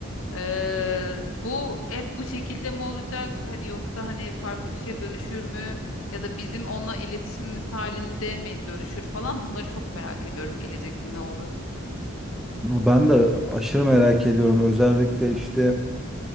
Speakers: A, on the left; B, in the centre.
A: Ee, bu hep bu şekilde mi olacak hani yoksa hani farklı bir şeye dönüşür mü ya da bizim onunla iletişimimiz halinde mi dönüşür falan bunları çok merak ediyorum gelecekte ne olur.
B: Ya Ben de aşırı merak ediyorum. Özellikle işte